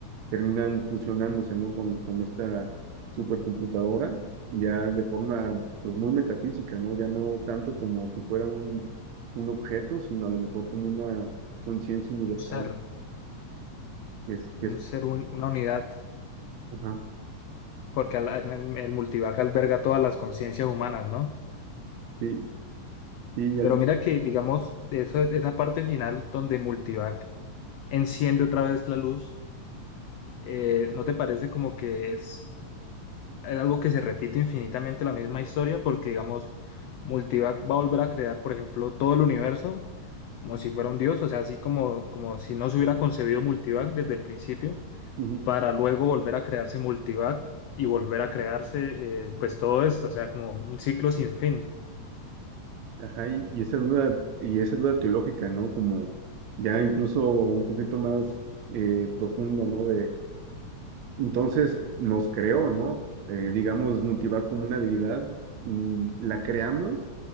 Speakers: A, on the right (about 70°); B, on the left (about 80°).
A: terminan fusionándose, ¿no? Con, con esta supercomputadora, ya de forma, pues, muy metafísica, ¿no? Ya no tanto como si fuera un, un objeto, sino a lo mejor como una conciencia universal,
B: un ser,
A: que es,
B: un
A: que es,
B: ser, un- una unidad.
A: ajá,
B: porque al- en- el multivac alberga todas las conciencias humanas, ¿no?
A: sí, sí, ya-
B: Pero mira que, digamos, de, eso, de esa parte final donde multivac enciende otra vez la luz, eh, ¿no te parece como que es, es algo que se repite infinitamente la misma historia? Porque, digamos, multivac va a volver a crear, por ejemplo, todo el universo como si fuera un dios, o sea, así como, como si no se hubiera concebido multivac desde el principio,
A: ujú,
B: para luego volver a crearse multivac y volver a crearse, eh, pues todo esto, o sea, como un ciclo sin fin.
A: ajá, y, y esa duda, y esa duda teológica, ¿no? Como ya incluso un poquito más eh, profunda, ¿no? Entonces nos creó, ¿no? Eh, digamos, Mutivac como una deidad, mm, la creamos,